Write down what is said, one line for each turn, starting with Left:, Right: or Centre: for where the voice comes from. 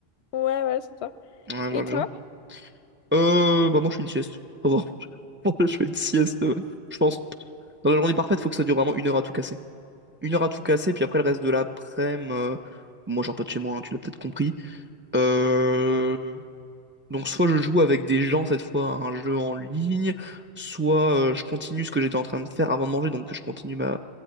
Left: Ouais, ouais, c'est ça.
Right: Ouais, je
Left: Et
Right: vois le
Left: toi?
Right: genre. Euh, bah moi, je fais une sieste. Au revoir. <laughs> Je fais une sieste, euh, je pense. Dans la journée parfaite, faut que ça dure vraiment une heure à tout casser. Une heure à tout casser, puis après, le reste de l'après-midi, euh, moi, je sors pas de chez moi, hein, tu l'as peut-être compris. Euh, Donc soit je joue avec des gens cette fois à un jeu en ligne, soit euh, je continue ce que j'étais en train de faire avant de manger, donc je continue ma